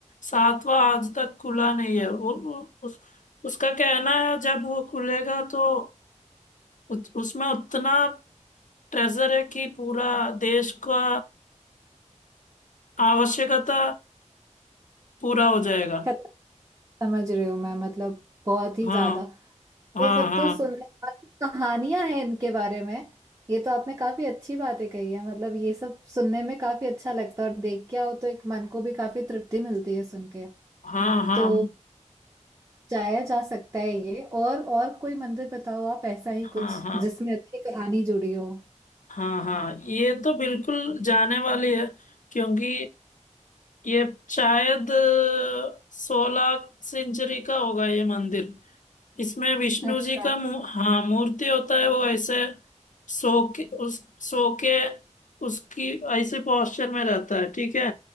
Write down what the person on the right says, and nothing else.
खत- समझ रही हूँ मैं मतलब बहुत ही
ज्यादा
ये सब
तो सुनने वाली कहानियां हैं इनके बारे में ये तो आपने काफी अच्छी बातें कही है मतलब ये सब सुनने में काफी अच्छा लगता है और देख के आओ तो एक मन को भी काफी तृप्ति मिलती है सुन के
तो जाया जा सकता है ये और और कोई मंदिर बताओ आप ऐसा ही
कुछ
जिसमें अच्छी कहानी जुड़ी हो
अच्छा